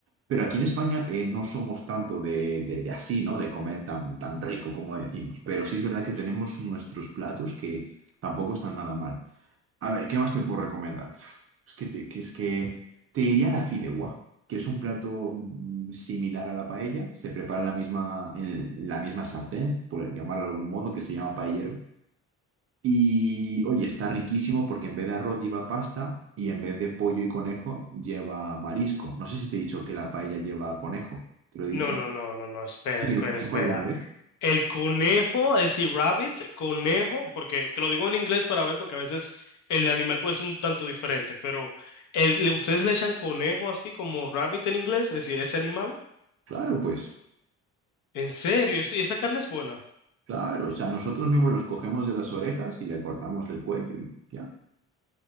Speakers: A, on the right; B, on the left.
A: Pero aquí en España eh, no somos tanto de, de- de así, ¿no? De comer tan, tan rico como decimos. Pero sí es verdad que tenemos nuestros platos que tampoco están nada mal. A ver, ¿qué más te puedo recomendar? Uf, Es que te, que es que te diría la fideuá, que es un plato mm, similar a la paella. Se prepara en la misma, en la misma sartén, por llamarlo de algún modo, que se llama paellero. Y oye, está riquísimo porque en vez de arroz lleva pasta y en vez de pollo y conejo lleva marisco. No sé si te he dicho que la paella lleva conejo. ¿Te lo he
B: No,
A: dicho?
B: no, no, no, no, espera,
A: ¿Y
B: espera,
A: lo
B: espera.
A: conozco alguna vez?
B: El conejo, es decir, rabbit, conejo, porque te lo digo en inglés para ver, porque a veces el animal puede ser un tanto diferente, pero el, le- ustedes le echan conejo así como rabbit en inglés, es decir, ese animal.
A: Claro, pues,
B: ¿En serio? ¿Ese- ¿Y esa carne es buena?
A: claro. O sea, nosotros mismos los cogemos de las orejas y le cortamos el cuello y ya.